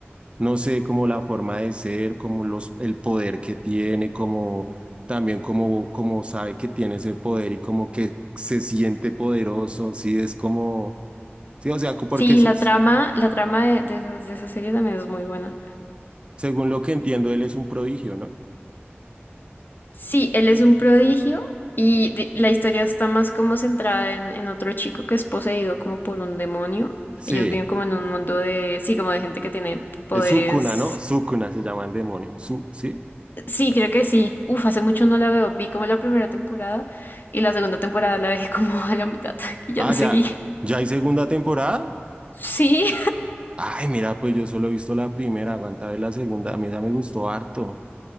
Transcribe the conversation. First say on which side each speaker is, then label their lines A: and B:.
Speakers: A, on the right; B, on the left.
A: no sé, como la forma de ser, como los, el poder que tiene, como también como, como sabe que tiene ese poder y como que se siente poderoso, sí, es como, sí, o sea, co- porque
B: Sí,
A: se-
B: y la
A: s-
B: trama, la trama de, de esa de esa serie también es muy buena.
A: según lo que entiendo, él es un prodigio, ¿no?
B: Sí, él es un prodigio y di- la historia está más como centrada en, en otro chico que es poseído como por un demonio.
A: Sí,
B: Ellos viven como en un mundo de, sí, como de gente que tiene poderes.
A: es Sukuna, ¿no? Sukuna se llama el demonio, Su, ¿sí?
B: Sí, creo que sí. Uf, hace mucho no la veo. Vi como la primera temporada y la segunda temporada la dejé como a la mitad <laughs> y ya
A: Ah,
B: no seguí.
A: ya, ya hay segunda temporada.
B: Sí,
A: Ay, mira, pues yo solo he visto la primera, aguanta ver la segunda. A mí esa me gustó harto.